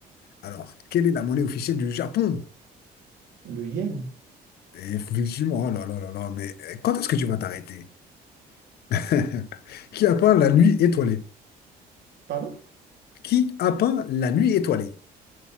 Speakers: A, on the left; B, on the right.
A: Alors, quelle est la monnaie officielle du Japon?
B: Le yen.
A: Et Effectivement, oh là là là là, mais euh, quand est-ce que tu vas t'arrêter? <laughs> Qui a peint la nuit étoilée?
B: Pardon?
A: Qui a peint la nuit étoilée?